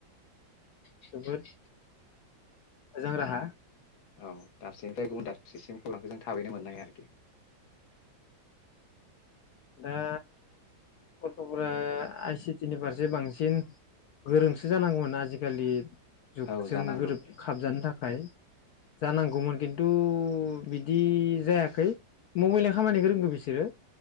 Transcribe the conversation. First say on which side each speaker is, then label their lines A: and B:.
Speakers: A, on the left; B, on the left.
A: जोबोद मोजां राहा
B: औ दाबसेनिफ्राय गुबुन दाबसेसिम खौरांखौ जों थाबैनो मोननो हायो आरोखि
A: दा गथ'फोरा आइ सिटि नि फारसे बांसिन गोरोंसो जानांगौमोन आजिखालि जुगजों
B: औ जानांगौ
A: गोरोब खाबजानो थाखाय थाखाय जानांगौमोन खिन्थु बिदि जायाखै मबाइलनि खामानिखौ रोंगौ बिसोरो